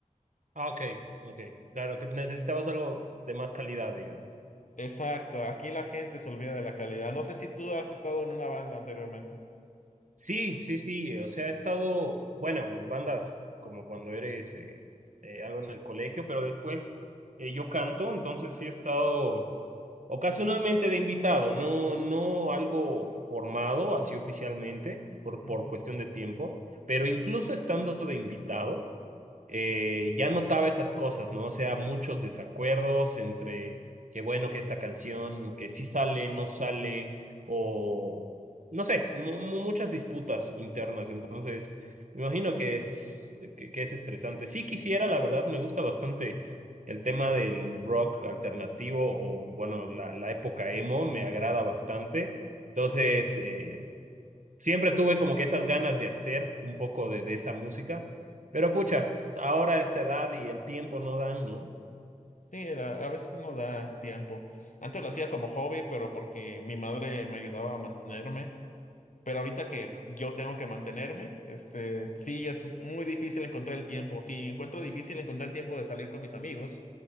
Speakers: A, on the right; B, on the left.
A: Ah, ok, ok. Claro, que necesitamos algo de más calidad, digamos.
B: Exacto, aquí la gente se olvida de la calidad. No sé si tú has estado en una banda anteriormente.
A: Sí, sí, sí. eh, O sea, he estado, bueno, en bandas como cuando eres eh, eh, algo en el colegio, pero después eh, yo canto, entonces sí he estado ocasionalmente de invitado, no, no algo formado así oficialmente, por,
B: Ujú.
A: por cuestión de tiempo, pero incluso estando de invitado. eh, ya notaba esas cosas, ¿no? O sea, muchos desacuerdos entre que bueno, que esta canción, que sí sale, no sale, o no sé, mu- mu- muchas disputas internas. Entonces, me imagino que es, que, que es estresante. Sí quisiera, la verdad, me gusta bastante el tema del rock alternativo o bueno, la, la época emo me agrada bastante. Entonces, eh, siempre tuve como que esas ganas de hacer un poco de, de esa música, pero pucha, ahora esta edad y el tiempo no dan, ¿no?
B: Sí, la- a veces no da el tiempo. Antes lo hacía como hobby, pero porque mi madre me ayudaba a mantenerme. Pero ahorita que yo tengo que mantenerme, este, sí, es muy difícil encontrar el tiempo. Si encuentro difícil encontrar el tiempo de salir con mis amigos,